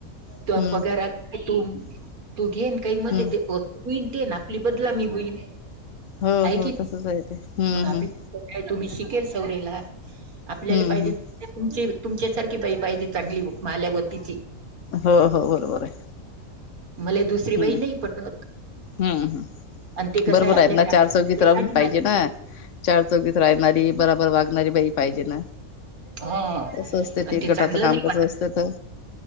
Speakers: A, on the left (about 60°); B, on the right (about 80°).
A: हम्म
B: ते पगार तू तू घेन. काही म्हले
A: हम्म
B: दे होईल ते ना आपली बदलामी होईल.
A: हो
B: आहे
A: हो
B: की
A: तसच आहे ते, हम्म
B: मग आपली
A: हम्म.
B: काय तुम्ही शिकेल सौरेला आपल्याला
A: हम्म
B: पाहिजे
A: हम्म
B: च तुमच्या सारखी बाई पाहिजे चांगली माल्यावतीची.
A: हो हो बरोबर आहे.
B: मले दुसरी
A: हम्म
B: बाई नाही पटत.
A: हम्म हम्म
B: आणि ते कसं
A: बरोबर
B: आहे आपल्या
A: आहेत ना
B: गाडी
A: चार चौगीत राहून पाहिजे
B: मालकी
A: ना. चार चौघीत राहणारी बराबर वागणारी बाई पाहिजे ना.
B: हा
A: कसं असतं
B: आणि ते
A: गटाचं
B: चांगलं
A: काम
B: नाही
A: कसं
B: वाट
A: असतं तर